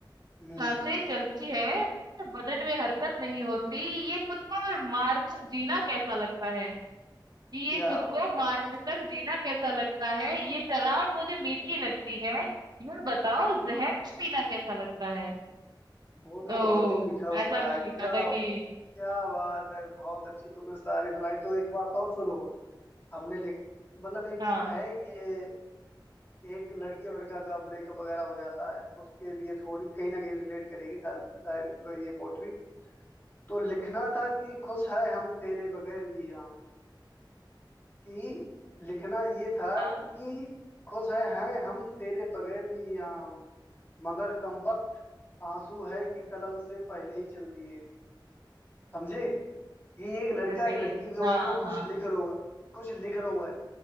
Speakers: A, on the left; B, on the right.
A: हम्म
B: सांसें चलती है बदन में हरकत
A: हम्म।
B: नहीं होती ये खुद को मारकर जीना कैसा लगता है कि
A: क्या
B: ये खुद को
A: बात
B: मारकर जीना कैसा लगता है ये शराब मुझे मीठी लगती है यह बताओ जहर पीना कैसा लगता है
A: वो तो
B: तो
A: बहुत ही मीठा होता
B: ऐसा कुछ
A: है क्या
B: लिखा था कि
A: क्या बात है बहुत अच्छी तुमने शायरी सुनाई तो एक बात और सुनो हमने लिख मतलब एक
B: हाँ
A: है ये एक लड़की और लड़का का ब्रेकअप वगैरह हो जाता है उसके लिए थोड़ी कहीं ना कहीं रिलेट करेगी शायद शायद ये पोट्री तो लिखना था कि खुश है हम तेरे बगैर भी यहाँ कि लिखना ये था
B: हाँ
A: कि खुश है हैं हम तेरे बगैर भी यहाँ हम मगर कमबख्त आंसू है कि कलम से पहले ही चल दिए समझे ये एक लड़का
B: अरे
A: एक लड़की के
B: हाँ
A: बारे में कुछ
B: हाँ
A: लिख रहा है कुछ लिख रहा है